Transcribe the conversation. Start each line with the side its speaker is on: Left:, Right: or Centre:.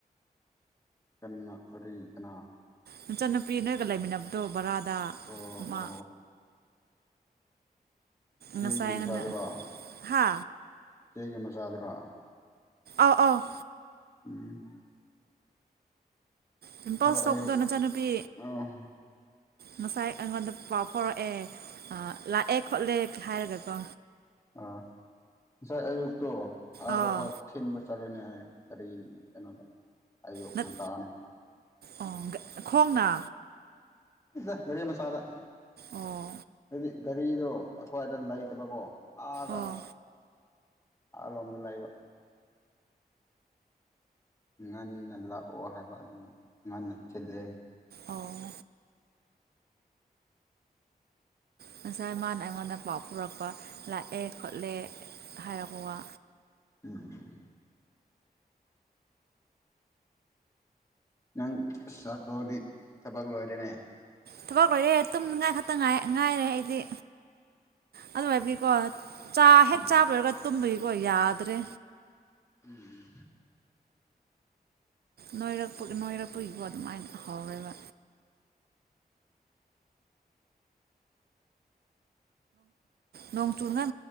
Left: ꯀ ꯀ ꯀ
Right: ꯅꯆꯟꯅꯨꯄꯤ ꯅꯣꯏꯒ ꯂꯩꯃꯤꯟꯅꯕꯗꯣ ꯕꯔꯥꯗ
Left: ꯑꯣ
Right: ꯑꯃ
Left: ꯑꯣ ꯏꯆꯦꯒꯤ
Right: ꯉꯁꯥꯏ ꯑꯩꯉꯣꯟꯗ
Left: ꯃꯆꯥꯗꯨꯔꯣ
Right: ꯍꯥ
Left: ꯏꯆꯦꯒꯤ ꯃꯆꯥꯗꯨꯔꯣ
Right: ꯑ ꯑ
Left: ꯎꯝ
Right: ꯄꯤꯝꯄꯜꯁ
Left: ꯉꯁꯥꯏ
Right: ꯊꯣꯛꯄꯗ
Left: ꯑꯌꯨꯛ
Right: ꯅꯆꯟꯅꯨꯄꯤ
Left: ꯑꯥ
Right: ꯉꯁꯥꯏ ꯑꯩꯉꯣꯟꯗ ꯄꯥꯎ ꯐꯥꯎꯔꯛꯑ ꯑꯦ ꯂꯥꯛꯑꯦ ꯈꯣꯠꯂꯦ ꯍꯥꯏꯔꯒꯀꯣ
Left: ꯑꯥ ꯉꯁꯥꯏ ꯑꯌꯨꯛꯇꯣ ꯑꯥꯗ
Right: ꯑꯥ
Left: ꯐꯥꯎ ꯊꯤꯟꯕ ꯆꯠꯂꯨꯅꯦ ꯑꯨꯛ ꯀꯒꯥꯔꯤ ꯀꯩꯅꯣꯗ ꯑꯌꯣꯛ
Right: ꯅꯠ
Left: ꯉꯟꯇꯥꯅꯤ
Right: ꯑꯣ ꯈꯣꯡꯅ
Left: ꯏꯗ ꯔꯦ ꯃꯁꯥꯗ
Right: ꯑꯣ
Left: ꯍꯥꯏꯗꯤ ꯒꯥꯔꯤꯗꯣ ꯑꯁ꯭ꯋꯥꯏꯗ ꯂꯩꯇꯕꯀꯣ ꯑꯗ
Right: ꯑꯣ
Left: ꯑ ꯂꯣꯝꯗ ꯂꯩ ꯂꯩꯕ ꯉꯟꯅ ꯂꯥꯛꯑꯣ ꯍꯥꯏꯕ ꯑꯗꯨ ꯉꯟꯅ ꯊꯤꯜꯂꯦ
Right: ꯑꯣ ꯉꯁꯥꯏ ꯃꯥꯅ ꯑꯩꯉꯣꯟꯗ ꯄꯥꯎ ꯄꯨꯔꯛꯄ ꯂꯥꯛꯑꯦ ꯈꯣꯠꯂꯦ ꯍꯥꯏꯔꯛꯄ ꯋꯥ
Left: ꯎꯝ ꯅꯪ ꯆꯥꯛꯀꯣꯗꯤ ꯊꯕꯛ ꯂꯣꯏꯔꯦꯅꯦ
Right: ꯊꯕꯛ ꯂꯣꯏꯔꯦ ꯇꯨꯝꯅꯉꯥꯏ ꯈꯛꯇ ꯉꯥꯏꯔꯦ ꯑꯩꯗꯤ ꯑꯗꯨ ꯍꯥꯏꯕꯤꯀꯣ ꯆꯥ ꯍꯦꯛ
Left: ꯎꯝ
Right: ꯆꯥꯕꯔꯒ ꯇꯨꯝꯕꯒꯤꯀꯣ ꯌꯥꯗ꯭ꯔꯦ
Left: ꯎꯝ
Right: ꯅꯣꯏꯔꯛꯄ ꯅꯣꯏꯔꯛꯄꯒꯤꯀꯣ ꯑꯗꯨꯃꯥꯏꯅ ꯍꯧꯎꯋꯦꯕ ꯅꯣꯡ ꯆꯨꯉꯥꯏ